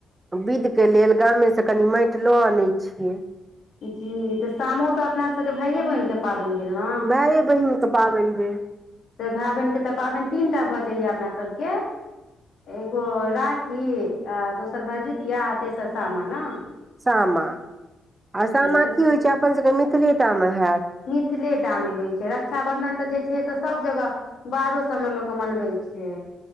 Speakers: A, on the right (about 25°); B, on the left (about 65°).
A: विध के लेल गामे से कनी मैट लो आनय छियै
B: जी त शामो तऽ अपना सब के भाईये बहिन के पाबैन भेल न
A: भाये बहिनके पाबनि भेल
B: भाय बहिन के तऽ पाबैन तीन टा भऽ जाइ या अपना सभ के एगो राखी आ दोसर भरजूतिया आ तेसर सामा ना
A: सामा आ सामा
B: तऽ
A: की होय छै अपन सभ के मिथिले टा मे हैत।
B: मिथिले टा मे होइ छै रक्षाबन्धन तऽ जे छै से सभ जगह। बाहरो सब मे लोक मनबै छै